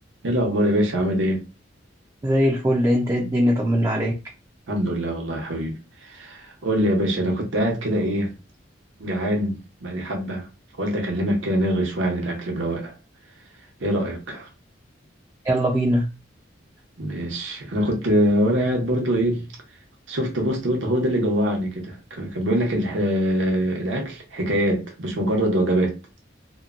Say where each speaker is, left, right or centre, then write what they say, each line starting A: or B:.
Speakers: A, on the right; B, on the right.
A: ايه الاخبار يا باشا عامل ايه
B: زي الفل انت ايه الدنيا طمنا عليك
A: الحمد لله والله يا حبيبي قول لي يا باشا انا كنت قاعد كده ايه جعان بقالي حبه فقلت اكلمك كده نلغي شويه عن الاكل برواقه ايه رايك
B: يلا بينا
A: ماشي انا كنت آه، وانا قاعد برضو ايه شفت بوست برضه هو ده اللي جوعني كده كان كان بيقول لك الح... الاكل حكايات مش مجرد وجبات